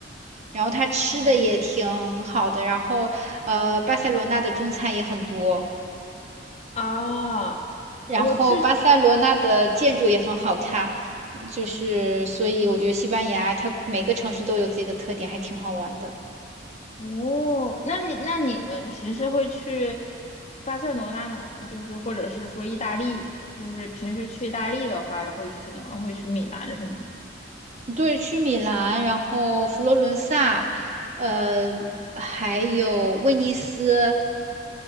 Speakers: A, on the right; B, on the left.
A: 然后他吃的也挺好的，
B: 哦
A: 然后呃，巴塞罗那的中餐也很多，
B: 啊，
A: 然后巴塞罗那的建筑也很好看，
B: 我去
A: 就是所以我觉得西班牙它每个城市都有自己的特点，还挺好玩的。
B: 哦，那你那你们平时会去巴塞罗那哪儿呢？就是或者是说意大利，就是平时去意大利的话，也会去哪儿？会去米兰什么的吗
A: 对，去米兰，然后佛罗伦萨，呃，还有威尼斯，